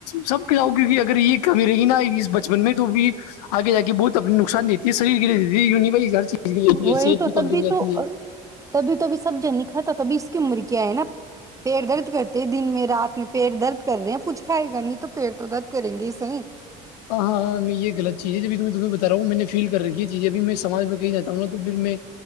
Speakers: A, on the left (about 80°); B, on the right (about 15°).
A: سب جاؤ کیونکہ اگر یہ کمی رہی نا ا اس بچپن میں تو بھی آگے جا کے بہت اپنا نقصان دیتی ہے شریر کے ہے یوں نہیں بھائی ہر چیز کے لیے دیتی ہے
B: وہی
A: صحت
B: تو
A: بھی
B: تبھی
A: کمزور ہو جاتی
B: تو
A: ہے
B: تبھی توبھی سب جن نہیں کھاتا توبھی کی عمر کیا ہے نا پیڑ درد کرتے دن میں رات میں پییر درد کر رہے ہیں کچھ کھائے گا نہیں تو پیڑ تو درد کریں گے ہی صحی
A: ہاں ہاں میں یہغل چز ہے جب میں تمہیں بتاا ہوں میں نے فیل کر رھی ہے چیز ابھی میں سمج میں کہیں جاتا ہوں نا تو پھر میں